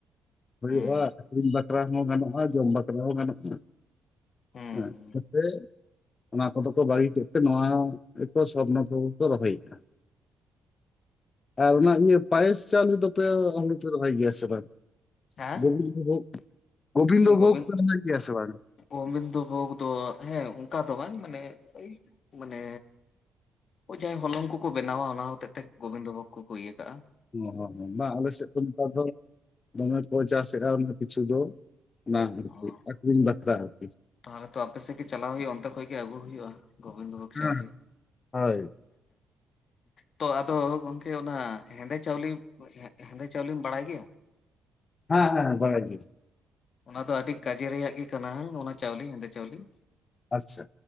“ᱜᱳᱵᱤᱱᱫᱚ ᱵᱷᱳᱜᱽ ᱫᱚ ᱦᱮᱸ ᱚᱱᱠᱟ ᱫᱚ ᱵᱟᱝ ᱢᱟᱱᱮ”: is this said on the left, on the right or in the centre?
Left